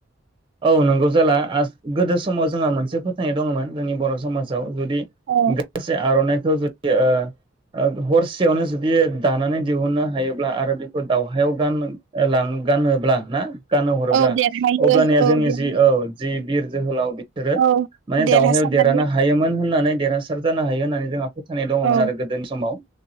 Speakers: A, on the right (about 25°); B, on the right (about 70°).
A: औ नंगौ जाला आस गोदो समाव जोंहा मोनस मोनसे फोथायनाय दङमोन जोंनि बर' समाजाव जदि
B: औ
A: गांसे आर आरनाय <unintelligible> ओ हरसेयावनो जुदि दानानै दिहुनो हायोब्ला आरो बेखौ दावहायाव गाननो ओ लां गानोब्ला ना गानो हरोब्ला
B: औ देरहायो
A: अ अब्लानिया
B: औ
A: जोनिया
B: देर
A: जि औ जि बिर जोहोलाव बि सोरो
B: औ
A: माने
B: देरहासारनानै
A: दावहायाव देरहानो हायोमोन होननानै देरहासार जानो हायो होननानै जोंहा फोथायनाय दङमोन
B: औ
A: आरो गोदोनि समाव